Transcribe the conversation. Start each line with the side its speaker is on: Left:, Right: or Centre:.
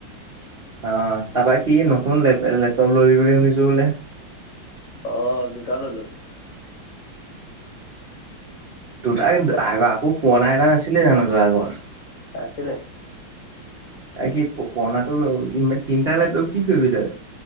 Right: অ' তাৰপা কি নতুন লপ-লেপটপ ললি বুলি শুনিছো বোলে।
Left: অ', দুটা ললো।
Right: দুটাই আগ-আকৌ পুৰণা এটা নাছিলে জানো যোৱা আগৰ?
Left: আছিলে।
Right: আৰ কি পুৰণাটো ইম তিনিটা লাগ লৈ কি কৰিবি তই?